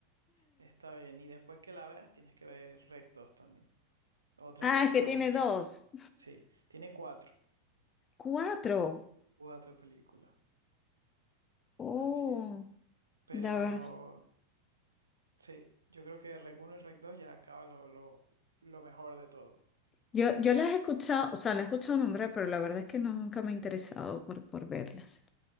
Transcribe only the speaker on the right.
Está bien, y después que la veas tienes que ver Rec 2 también. Otra
película
buenísima.
Sí, tiene cuatro,
cuatro películas.
Así es. Pero
sí, yo creo que Rec uno y Rec 2 ya acaba lo, lo, lo mejor de todo.